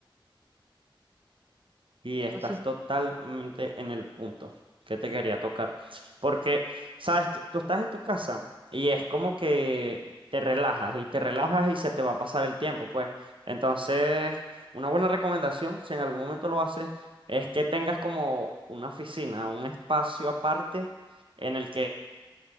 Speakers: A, on the right; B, on the right.
A: Y estás
B: No sé. si-
A: totalmente en el punto que te quería tocar. Porque, sabes, que tú estás en tu casa y es como que te relajas y te relajas y se te va a pasar el tiempo, pues. Entonces, una buena recomendación, si en algún momento lo haces, es que tengas como una oficina, un espacio aparte en el que,